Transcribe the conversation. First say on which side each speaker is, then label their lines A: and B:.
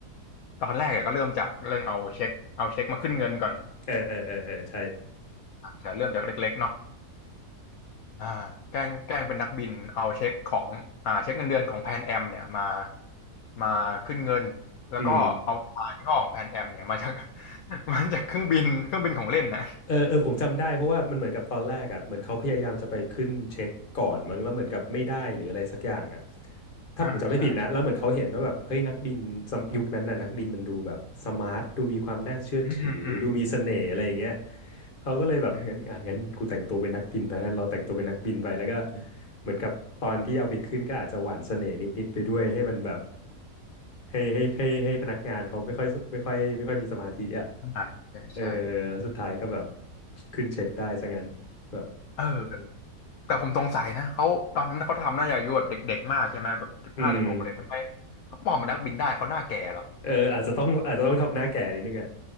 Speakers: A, on the left; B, on the left.
A: ตอนแรกอะก็เริ่มจากเรื่องเอาเช็คเอาเช็คมาขึ้นเงินก่อน
B: เออ เออ เออ เออใช่
A: อาจจะเริ่มจากเล็กๆเนาะ อ่าแกล้งแกล้งเป็นนักบินเอาเช็คของอ่าเช็คเงินเดือนของแพนแอมเนี่ยมามาขึ้นเงินแล้วก็เอาตรายี่ห้อของแพนแอมเนี่ยมาจาก
B: อืม
A: <laughs> มาจากเครื่องบินเครื่องบินของเล่นนะ
B: เออเออผมจำได้เพราะว่ามันเหมือนกับตอนแรกอ่ะเหมือนเขาพยายามจะไปขึ้นเช็คก่อนมั้งแล้วเหมือนกับไม่ได้หรืออะไรสักอย่างอ่ะถ้าผมจำไม่ผิดนะแล้วเหมือนเขาเห็นว่าแบบเฮ้ยนักบินสมยุคนั้นน่ะนักบินมันดูแบบสมาร์ทดูมีความน่าเชื่อถือดูมีเสน่ห์อะไรอย่างเงี้ย
A: อ่าใช่ใช่อืมอืม
B: เขาก็เลยแบบงั้นอ่ะงั้นกูแต่งตัวเป็นนักบินไปงั้นเราแต่งตัวเป็นนักบินไปแล้วก็
A: อืม
B: เหมือนกับตอนที่เอาไปขึ้นก็อาจจะหวานเสน่ห์นิดๆไปด้วยให้มันแบบให้ให้ให้ให้พนักงานเขาไม่ค่อยไม่ค่อยไม่ค่อยมีสมาธิอ่ะ
A: อ่าใช่ใช่
B: เออแล้วสุดท้ายก็แบบขึ้นเช็คได้ซะงั้นแบบเออ
A: เออแต่ผมสงสัยนะเขาตอนนั้นเขาทำน่าจะอายุแบบเด็กๆมากใช่ไหมแบบสิบห้าสิบหกเลยทำไม
B: อืม
A: เขาปลอมเป็นนักบินได้เขาหน้าแก่เหรอ
B: เอออาจจะต้องอาจจะต้องทำหน้าแก่นิดนึงอ่ะ